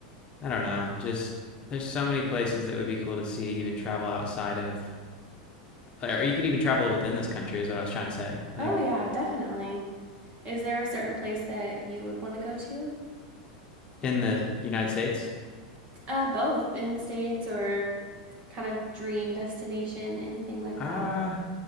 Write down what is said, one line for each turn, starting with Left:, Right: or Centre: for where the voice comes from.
Left: I don't know. Just there's so many places that would be cool to see, even travel outside of, or you could even travel within this country, is what I was trying to say. Like
Right: Oh, yeah, definitely. Is there a certain place that you would want to go to?
Left: in the United States.
Right: Uh, both in the States or kind of dream destination, anything like
Left: Uh,
Right: that.